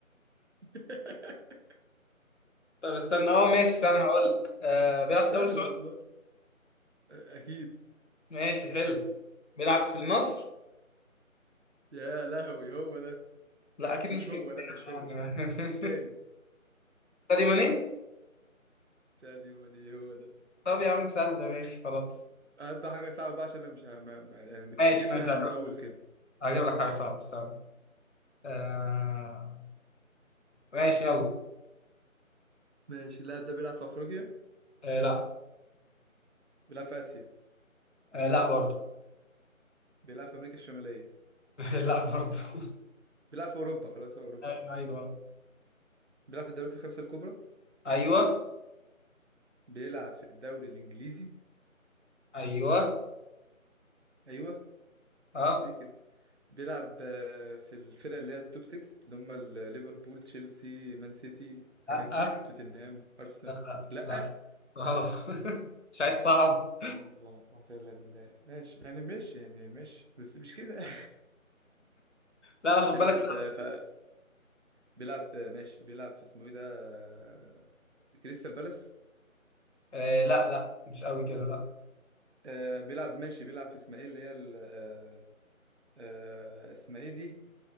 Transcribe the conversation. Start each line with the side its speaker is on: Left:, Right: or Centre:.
Right: <laughs>
Left: طب استنى اه ماشي استنى هقول لك آه بيلعب في الدوري
Right: سهل
Left: السعودي
Right: والله آه، اكيد
Left: ماشي حلو بيلعب في النصر
Right: يا لهوي هو ده
Left: لا اكيد
Right: بس مش
Left: مش
Right: هو
Left: كريستيانو
Right: لا مش هو
Left: يعني
Right: التاني
Left: <laughs> ساديو ماني
Right: ساديو ماني هو ده
Left: طب يا عم سهله ماشي خلاص
Right: هات بقى حاجه صعبه بقى عشان انا مش ه- ما ما- يعني ما تفتكرش
Left: ماشي ماشي
Right: ان احنا
Left: هجيب
Right: هنطول
Left: لك
Right: كده
Left: هجيب لك حاجه صعبه استنى آه ماشي يلا
Right: ماشي اللاعب ده بيلعب في افريقيا
Left: آه لا
Right: بيلعب في اسيا
Left: آه لا برضه
Right: بيلعب في امريكا الشماليه
Left: <laughs> لا برضه <laughs>
Right: بيلعب في اوروبا خلاص هو اوروبا
Left: ايوه ايوه
Right: بيلعب في الدوريات الخمسه الكبرى
Left: ايوه
Right: بيلعب في الدوري الانجليزي
Left: ايوه
Right: ايوه
Left: اه
Right: ليه كده بيلعب آه، في الفرق اللي هي التوب 6 اللي هم ال- ليفربول تشيلسي مان سيتي الحاجات
Left: لا
Right: دي
Left: آه،
Right: توتنهام ارسنال
Left: لا آه،
Right: لا
Left: لا اه <laughs> مش عايز صعب
Right: لا حول ولا قوة إلا بالله ماشي يعني ماشي يعني ماشي بس مش كده
Left: لا
Right: <laughs>
Left: لا خد
Right: بيلعب
Left: بالك صعب
Right: آه، ف بيلعب آه، ماشي بيلعب في اسمه ايه ده آه، كريستال بالاس
Left: آه لا لا مش قوي كده لا
Right: آه، بيلعب ماشي بيلعب في اسمها ايه اللي هي ال- آه، آه، اسمها ايه دي